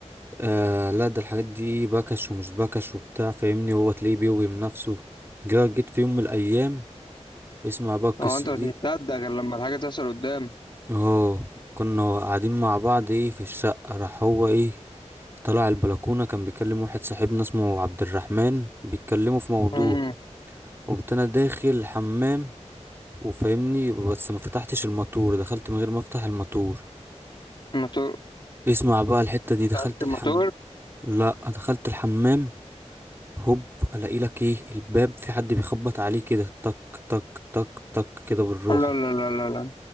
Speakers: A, on the right; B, on the left.
A: آه لا ده الحاجات دي بكش ومش بكش وبتاع فاهمني هو تلاقيه بيوهم نفسه جا- جيت في يوم من الايام اسمع بقى القصة
B: هو انت مش
A: دي
B: مصدق غير لما الحاجة تحصل قدام
A: اه كنا قاعدين مع بعض ايه في الشقة راح هو ايه طلع البلكونة كان بيكلم واحد صاحبنا اسمه عبد الرحمن بيتكلموا في موضوع
B: امم
A: قمت انا داخل الحمام وفاهمني بس ما فتحتش الماتور دخلت من غير ما افتح الماتور
B: الموتور
A: اسمع بقى الحتة دي دخلت
B: تعبت الموتور
A: الحمام لا دخلت الحمام هوب الاقي لك ايه الباب في حد بيخبط عليه كده تك تك تك تك كده بالروحة
B: لا لا لا لا لا